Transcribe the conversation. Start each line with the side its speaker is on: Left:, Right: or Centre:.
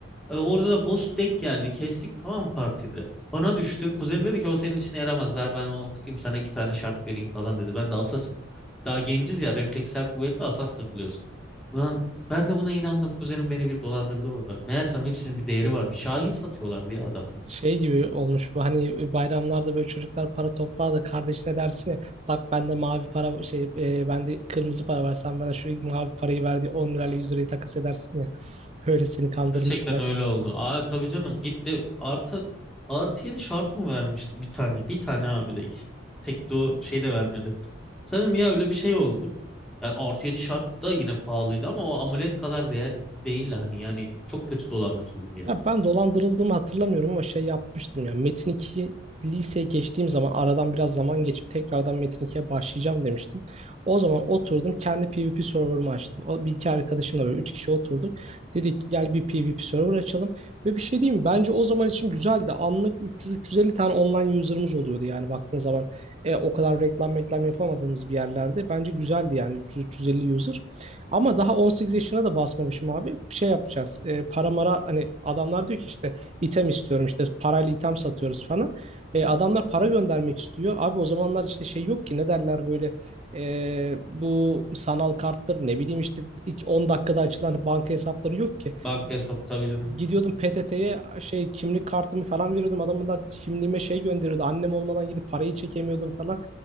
Centre: E, orada da boss denk geldi. Kestik tamam partide. Bana düştü. Kuzenim dedi ki o senin işine yaramaz. Ver ben onu okutayım sana iki tane şart vereyim falan dedi. Ben de asasım. Daha genciz ya refleksler kuvvetli asas takılıyoruz. Ulan ben de buna inandım. Kuzenim beni bir dolandırdı orada. Meğersem hepsinin bir değeri varmış. Şahin satıyorlardı ya adamlar.
Right: Şey gibi olmuş bu hani bayramlarda böyle çocuklar para toplar da kardeşine dersin ya bak bende mavi para şey e, bende kırmızı para var sen bana şu mavi parayı ver diye 10 lirayla 100 lirayı takas edersin ya öyle seni kandırmış
Centre: Gerçekten
Right: biraz.
Centre: öyle oldu. Aa tabii canım gitti artı artı 7 şart mı vermişti bir tane? Bir tane abi de tek do şey de vermedi. Sanırım ya öyle bir şey oldu. Yani artı 7 şart da yine pahalıydı ama o amulet kadar değer değil hani yani çok kötü dolandırıldım ya.
Right: Ya ben dolandırıldığımı hatırlamıyorum ama şey yapmıştım ya. Metin 2 liseye geçtiğim zaman aradan biraz zaman geçip tekrardan Metin 2'ye başlayacağım demiştim. O zaman oturdum kendi PvP server'ımı açtım. O bir iki arkadaşımla böyle üç kişi oturduk. Dedik ki, gel bir PvP server açalım. Ve bir şey diyeyim mi? Bence o zaman için güzeldi. Anlık 300-350 tane online user'ımız oluyordu yani baktığın zaman. E, o kadar reklam reklam yapamadığımız bir yerlerde. Bence güzeldi yani 300-350 user. Ama daha 18 yaşına da basmamışım abi. Şey yapacağız. E, para mara hani adamlar diyor ki işte item istiyorum işte parayla item satıyoruz falan. E, adamlar para göndermek istiyor. Abi o zamanlar işte şey yok ki ne derler böyle e, bu sanal karttır ne bileyim işte ilk 10 dakikada açılan banka hesapları yok ki.
Centre: Banka hesabı tabii canım.
Right: Gidiyordum PTT'ye şey kimlik kartımı falan veriyordum. Adamlar kimliğime şey gönderiyordu. Annem olmadan gidip parayı çekemiyordum falan.